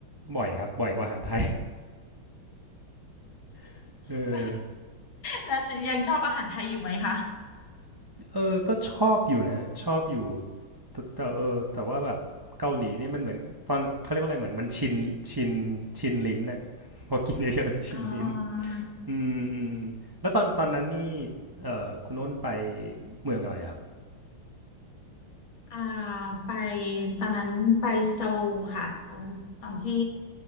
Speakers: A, on the right; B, on the left.
A: บ่อยครับบ่อยกว่าอาหารไทย <laughs>
B: <laughs>
A: เออ
B: แล้วยังชอบอาหารไทยอยู่ไหมคะ
A: เออก็ชอบอยู่นะชอบอยู่แต่แต่เออแต่ว่าแบบเกาหลีนี่มันเหมือนตอนเขาเรียกว่าอะไรเหมือนมันชินชินชินลิ้นน่ะ <laughs> พอกินเยอะๆมันชินลิ้น
B: อ่า
A: อืมอืมแล้วตอนตอนนั้นนี่เออคุณอ้นไปเมืองอะไรครับ
B: อ่าไปตอนนั้นไปโซลค่ะ ตอนตอนที่